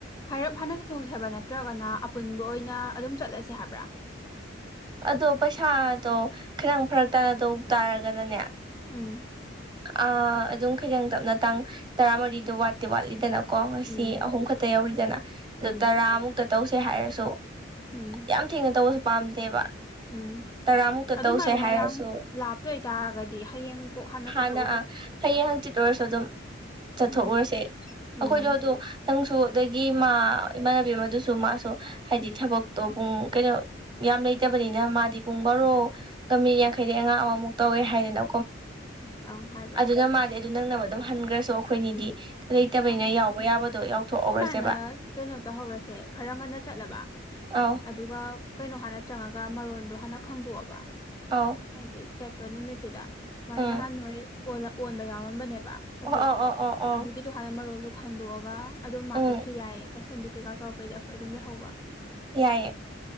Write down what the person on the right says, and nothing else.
ꯑꯗꯣ ꯄꯩꯁꯥꯗꯣ ꯈꯤꯇꯪ ꯐꯔꯛ ꯇꯥꯅꯗꯧ ꯇꯥꯔꯒꯅꯅꯦ
ꯑ ꯑꯗꯨꯝ ꯈꯤꯇꯪ ꯇꯞꯅ ꯇꯥꯡ ꯇꯔꯥꯃꯔꯤꯗꯣ ꯋꯥꯠꯇꯦ ꯋꯥꯠꯂꯤꯗꯅ ꯀꯣ ꯉꯁꯤ
ꯑꯍꯨꯝ ꯈꯛꯇ ꯌꯧꯔꯤꯗꯅ ꯑꯗꯨ
ꯇꯔꯥꯃꯨꯛꯇ ꯇꯧꯁꯦ ꯍꯥꯏꯔꯁꯨ
ꯌꯥꯝ ꯊꯦꯡꯅ ꯇꯧꯕꯁꯨ ꯄꯥꯝꯗꯦꯕ
ꯇꯔꯥꯃꯨꯛꯇ
ꯇꯧꯁꯦ ꯍꯥꯏꯔꯁꯨ
ꯍꯌꯦꯡ ꯍꯪꯆꯤꯠ ꯑꯣꯏꯔꯁꯨ ꯑꯗꯨꯝ ꯆꯠꯊꯣꯛꯎꯔꯁꯦ
ꯑꯩꯈꯣꯏꯁꯨ ꯑꯗꯨ ꯅꯪꯁꯨ ꯑꯗꯒꯤ ꯃꯥ ꯏꯃꯥꯟꯅꯕꯤ ꯑꯃꯗꯨꯁꯨ ꯃꯥꯁꯨ ꯍꯥꯏꯗꯤ ꯊꯕꯛꯇꯣ ꯄꯨꯡ ꯀꯩꯅꯣ ꯌꯥꯝ ꯂꯩꯇꯕꯅꯤꯅ ꯃꯥꯗꯤ ꯄꯨꯡ ꯕꯥꯔꯣꯒꯃꯤ ꯌꯥꯡꯈꯩꯗꯩ ꯑꯉꯥꯡ ꯑꯃꯃꯨꯛ ꯇꯧꯋꯦ ꯍꯥꯏꯗꯅ
ꯑꯗꯨꯅ ꯃꯥꯗꯦ ꯑꯗꯨ ꯅꯪꯅꯕ ꯑꯗꯨꯝ ꯍꯟꯈ꯭ꯔꯁꯨ ꯑꯩꯈꯣꯏꯅꯤꯗꯤ ꯂꯩꯇꯕꯅꯤꯅ
ꯌꯥꯎꯕ ꯌꯥꯕꯗꯣ ꯌꯥꯎꯊꯣꯛꯍꯧꯔꯁꯦꯕ
ꯑꯧ
ꯑꯧ
ꯎꯝ
ꯑꯣ ꯑꯣ ꯑꯣ ꯑꯣ ꯑꯣ
ꯎꯝ
ꯌꯥꯏꯌꯦ